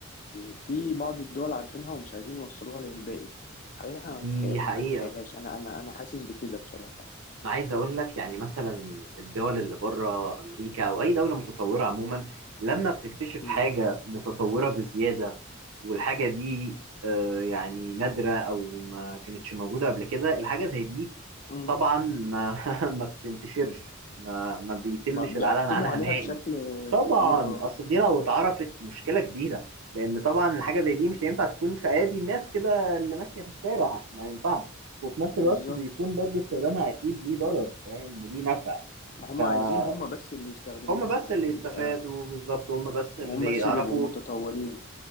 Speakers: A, on the left; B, on the right.
A: في بعض الدول عارفينها ومش عايزين يوصلوها للباقي حاجات احنا
B: دي
A: ما نتخيل
B: حقيقة
A: ما نتخيلهاش انا انا انا حاسس بكده بصراحة
B: انا عايز اقول لك يعني مثلا الدول اللي بره امريكا او اي دوله متطوره عموما لما بتكتشف
A: مم.
B: حاجه متطوره بزياده والحاجه دي آه، يعني نادره او ما كانتش موجوده قبل كده الحاجه زي دي
A: مم.
B: طبعا ما <laughs> ما بتنتشرش ما ما بيتمش
A: ما بيعتموا
B: الاعلان عنها
A: عليها
B: نهائي
A: بشكل
B: طبعا
A: كبير اه
B: اصل دي لو اتعرفت مشكله كبيره لان طبعا الحاجه زي دي مش هينفع تكون في ايادي الناس كده اللي ماشيه في الشارع ما ينفعش وفي
A: بالظبط
B: نفس الوقت بيكون برضو استخدامها اكيد ليه ضرر فاهم وليه نفع
A: ما هم
B: فهم
A: عايزين هم بس اللي يستخدموها
B: بس
A: يعني
B: اللي استفادوا
A: يبقى
B: بالظبط هم بس اللي
A: هم بس
B: يعرفوا
A: اللي يبقوا متطورين